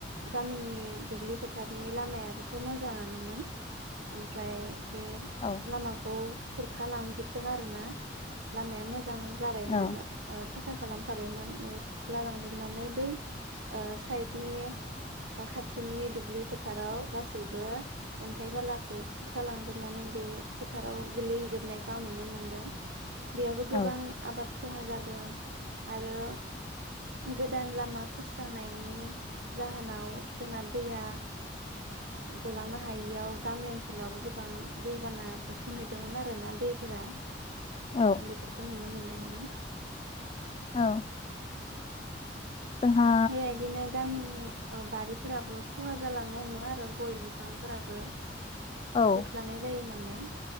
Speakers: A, on the right; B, on the left.
A: गामिनि दुब्लि फोथारनि लामायाबोथ' मोजाङानोमोन। ओमफ्राय बे
B: औ
A: लामाखौ खुरखा लांजोबदों आरो ना। लामाया मो जां जाबायमोन
B: औ
A: ओ फाखा खालामखाबायमोन बे खुरख्ला लांजोबनानै बै ओ साइडनि बा खाथिनि दुब्लि फोथाराव गासैबो अन्थाइ बाला खौ खुरख्ला लांजोबनानै बे फोथाराव गोलैहैजोबनायखौ आं नुनो मोनदों बेयावबो गोबां
B: औ
A: आबाद खहा जादों आरो गोदान लामा खोस्रांनायनि जाहोनाव जोंना दैया गलांनो ओ हायियाव गामि ओन ओनसोलावबो गोबां दैबाना बुसोमहैदोंमोन आरोना दैफोरा।
B: औ
A: आं बेफोरखौ नुनो मोनदों मोन
B: औ जोंहा
A: बेबायदिनो गामिनि ओ बारिफोराबो खहा जालांनो हमोन आरो गय बिफांफोराबो हा
B: औ
A: खुख्लानाय जायो नालाय